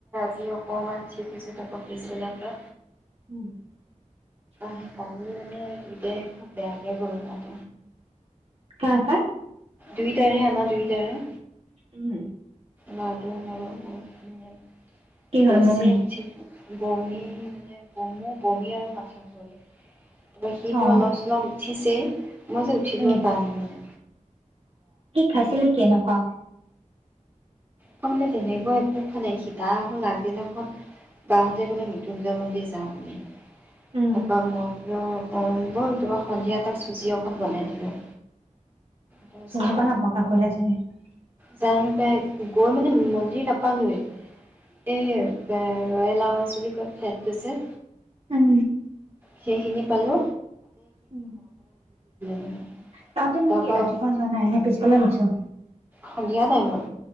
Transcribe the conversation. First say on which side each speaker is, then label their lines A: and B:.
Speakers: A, on the right (about 15°); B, on the right (about 50°).
A: আ অকণমান চিচো <unintelligible> থাকো পিছবিলাক পৰা
B: উম
A: তি কাল মানেতাই তিয়াকে ঘম <unintelligible> ক
B: ক ক
A: দুইটাৰে আমাৰ দুইটাৰে
B: উম
A: লাটো মহত <unintelligible>
B: কি
A: গছ
B: হ'ল বমি
A: অ বমি মানে বমো বমি আৰু নাথাক ভমি তাৰ সিটো
B: অ
A: অলপ চলপ উঠিছেই মই যে উঠিব
B: উম
A: প নাই মানে
B: ফেছিলিটি এনেকুৱা
A: মানে তেনেকুৱা একো খ নাই সীতা হল আগদিনাখন বহঁতে গলে মৃত্যুঞ্জয় মন্দিৰ যাওঁ বুলিমি
B: উম
A: তাক মৰল অঁ ব'ল তোমাৰ সন্ধিয়া তাত চুজি অকণ বনাই দিলোঁ তাৰপিছত
B: চঙ ক ন বকা কৰিলা চি <unintelligible>
A: জান পেক গৈ মানে মন্দিৰ নাপালোৱে এই
B: উম
A: এপাৰ ৰয়েললাৱাজ বুলি ক'ো <unintelligible> ৱা ফ্লেটটোছে
B: উম
A: সেইখিনি পালো
B: উ
A: নহয়
B: তাতে মানে
A: তাৰপৰা
B: কি ৰাতিপুৱা যোৱা নাই এনে পিছবেলা গৈছ
A: সন্ধিয়া নাই মই